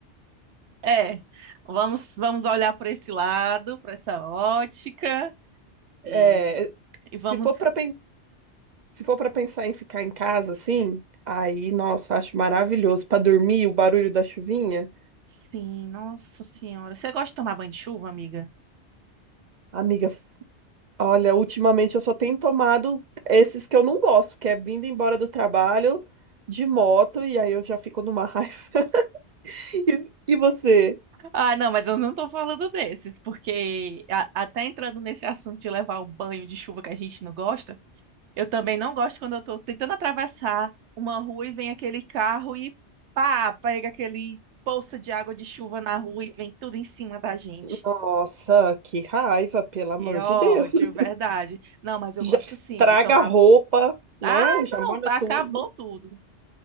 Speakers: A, on the right (about 75°); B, on the right (about 50°).
A: É, vamos, vamos olhar por esse lado, por essa ótica e,
B: É,
A: e vamos.
B: se for para se for para pensar em ficar em casa assim, aí, nossa, acho maravilhoso para dormir, o barulho da chuvinha.
A: Sim, nossa senhora. Você gosta de tomar banho de chuva, amiga?
B: Amiga, olha, ultimamente eu só tenho tomado esses que eu não gosto, que é vindo embora do trabalho de moto e aí eu já fico numa raiva. <laughs> E, e você?
A: Ah, não, mas eu não tô falando desses, porque a- até entrando nesse assunto de levar o banho de chuva que a gente não gosta, eu também não gosto quando eu tô tentando atravessar uma rua e vem aquele carro e pá, pega aquele poça de água de chuva na rua e vem tudo em cima da gente.
B: Nossa, que raiva, pelo amor
A: Que ódio,
B: de Deus. <laughs>
A: verdade. Não, mas eu
B: Já
A: gosto
B: estraga
A: sim de tomar.
B: a roupa, né?
A: Ah,
B: Já
A: não,
B: molha
A: acabou
B: tudo.
A: tudo.